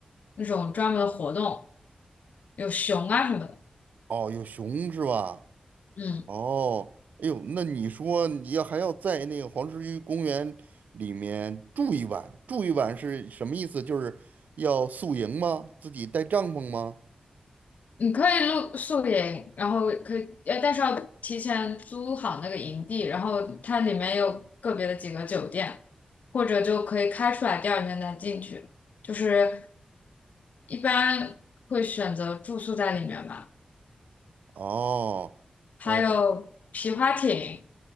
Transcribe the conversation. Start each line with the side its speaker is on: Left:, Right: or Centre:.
Left: 那种专门的活动，有熊啊什么的。
Right: 哦，有熊是吧？
Left: 嗯
Right: 哦，哎呦，那你说你要还要在那个黄石区公园里面住一晚，住一晚是什么意思？就是要宿营吗？自己带帐篷吗？
Left: 你可以露宿营，然后可以，呃，但是要提前租好那个营地，然后它里面有个别的几个酒店，或者就可以开出来，第二天再进去。就是一般会选择住宿在里面吧。
Right: 哦，
Left: 还有皮划艇，
Right: 呃，